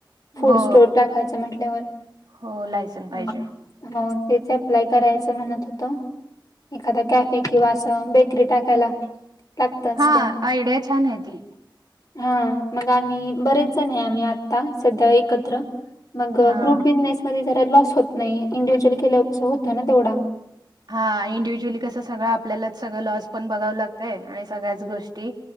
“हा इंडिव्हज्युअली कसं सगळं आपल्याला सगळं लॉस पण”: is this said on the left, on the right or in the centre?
Right